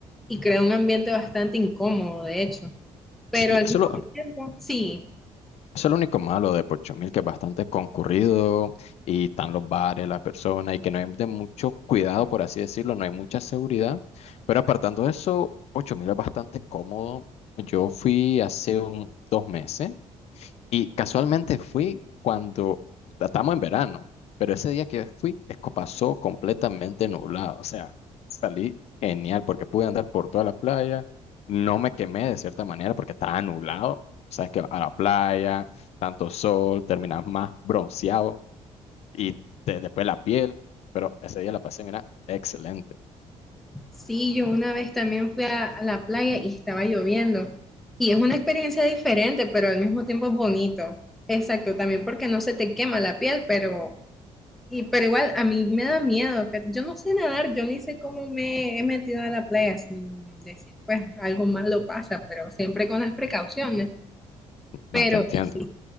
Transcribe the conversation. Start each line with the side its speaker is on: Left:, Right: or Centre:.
Centre: y crea un ambiente bastante incómodo, de hecho. Pero
Left: sí,
Centre: al
Left: eso
Centre: mismo tiempo, sí,
Left: Eso es lo único malo de Pochumil, que es bastante concurrido y están los bares, las personas, y que no hay de mucho cuidado, por así decirlo, no hay mucha seguridad. Pero apartando eso, Pochumil es bastante cómodo. Yo fui hace un- dos meses y casualmente fui cuando estamos en verano, pero ese día que fui, es que pasó completamente nublado. O sea, salí genial porque pude andar por toda la playa. No me quemé de cierta manera porque estaba nublado. Sabes que a la playa, tanto sol, terminas más bronceado y te- después la piel. Pero ese día la pasé, mira, excelente.
Centre: Sí, yo una vez también fui a, a la playa y estaba lloviendo. Y es una experiencia diferente, pero al mismo tiempo es bonito. Exacto, también porque no se te quema la piel, pero, y, pero igual a mí me da miedo. que- Yo no sé nadar, yo ni sé cómo me he metido a la playa sin decir, pues algo malo pasa, pero siempre con las precauciones.
Left: No
Centre: Pero
Left: te entiendo.
Centre: sí,